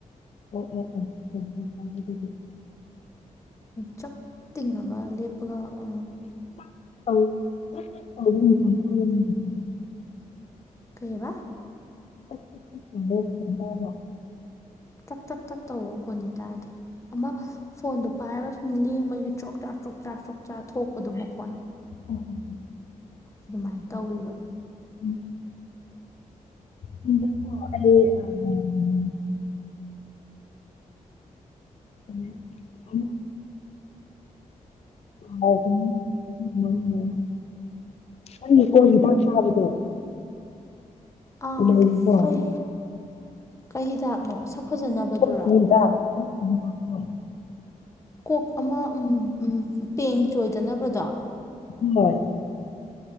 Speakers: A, on the left; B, on the left.
A: ꯑꯣ ꯑꯣ ꯑꫭ <unintelligible>
B: ꯆꯞ ꯇꯤꯡꯉꯒ ꯂꯦꯄꯒ ꯑ
A: <unintelligible>
B: ꯀꯩꯕ
A: <unintelligible> ꯇꯥꯕ꯭ꯔꫭ
B: ꯇꯠ ꯇꯠ ꯇꯠ ꯇꯧꯋꫭ ꯃꯈꫭꯟꯗꯤ ꯇꯥꯗꯦ ꯑꯃ ꯐꯣꯟꯗꯣ ꯄꯥꯏꯔꯒ ꯁꯨꯝ ꯂꯦꯡꯕꯒꯤ ꯆ꯭ꯔꫭꯛ ꯆꯥꯛ ꯆꯣꯛꯆꯥꯥ ꯆꯣꯛꯆꯥꯥ ꯊꯣꯛꯄꯗꯣ ꯃꯈꯣꯟ
A: ꯑꯣ ꯑꯣ
B: ꯑꯗꯨꯝꯃꯥꯏꯅ ꯇꯧꯋꯤꯕ
A: ꯎꯝ ꯍꯟꯗꯛꯀꫭ ꯑꯩ <unintelligible> <unintelligible> <unintelligible> ꯑꯩꯒꯤ ꯀꫭꯛ ꯍꯤꯗꯥꯛ ꯆꯥꯕꯗꫭ
B: ꯑꯥ
A: ꯂꯩꯕꫭ
B: ꯀꯩ ꯀꯩ ꯍꯤꯗꯥꯛꯅꯣ ꯁꯛ ꯐꯖꯅꯕꯗꯨꯔꯣ
A: ꯀꯣꯛꯀꯤ ꯍꯤꯗꯥꯛ ꯀꯣꯛꯀꯤ ꯍꯤꯗꯥꯛꯇꯣ
B: ꯀꯣꯛ ꯑꯃ ꯎꯝ ꯎꯝ ꯄꯦꯡ ꯆꯣꯏꯗꯅꯕꯗꯣ
A: <unintelligible>